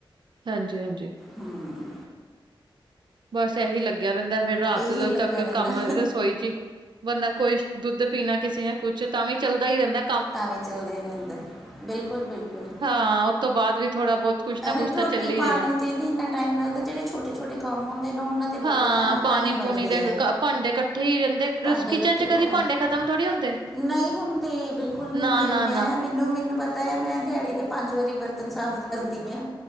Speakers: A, on the right; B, in the centre.
A: ਹਾਂਜੀ-ਹਾਂਜੀ।
B: ਹਾਂ।
A: ਬਸ ਐਹੀ ਲੱਗਿਆ ਰਹਿੰਦਾ ਫੇਰ ਰਾਤ
B: ਇਹੀ ਲੱਗਾ
A: ਤੱਕ
B: ਰਹਿੰਦਾ
A: ਕੰਮ ਰਸੋਈ 'ਚ ਈ ਬੰਦਾ ਕੋਈ ਦੁੱਧ ਪੀਨਾ ਕਿਸੇ ਨੇ ਕੁਛ ਤਾਂ ਵੀ ਚੱਲਦਾ ਈ ਰਹਿੰਦੈ।
B: ਤਾਂ ਵੀ ਚੱਲਦਾ ਈ ਰਹਿੰਦੈ ਬਿਲਕੁਲ ਬਿਲਕੁਲ।
A: ਹਾਂ ਉਸ ਤੋਂ ਬਾਦ ਵੀ ਥੋੜ੍ਹਾ ਬੋਤ ਕੁਛ ਨਾ
B: ਅਰੇ
A: ਕੁਛ
B: ਰੋਟੀ
A: ਤਾਂ ਚੱਲੀ
B: ਪਾਣੀ
A: ਜਾਨਾ।
B: ਤੇ ਨੀ ਇੰਨਾ ਟਾਈਮ ਲੱਗਦਾ ਜੇੜੇ ਛੋਟੇ-ਛੇਟੇ ਕੰਮ ਹੁੰਦ ਤੇ ਨਾ ਓਨਾਂ ਦੇ
A: ਹਾਂ
B: ਬੋਤ ਅ
A: ਪਾਣੀ
B: ਟਾਈਮ ਲੱਗਦੇ
A: ਪੂਣੀ ਦੇ
B: ਐ
A: ਭਾਂਡੇ ਇਕੱਠੇ ਹੀ ਰਹਿੰਦੇ
B: ਭਾਂਡੇ
A: ਕਿਚਨ
B: ਕੱਠੇ
A: ਚ ਕਦੀ
B: <unintelligible>
A: ਭਾਂਡੇ ਖਤਮ ਥੋੜ੍ਹੀ ਹੁੰਦੇ
B: ਨਈ ਹੁੰਦੇ ਬਿਲਕੁਲ ਨਈ ਹੁੰਦੇ
A: ਨਾ ਨਾ
B: ਮੈਂ
A: ਨਾ
B: ਮੈਨੂੰ ਮੈਨੂੰ ਪਤਾ ਐ ਮੈਂ ਦਿਹਾੜੀ ਦੇ ਪੰਜ ਵਾਰੀ ਬਰਤਨ ਸਾਫ਼ ਕਰਦੀ ਆਂ।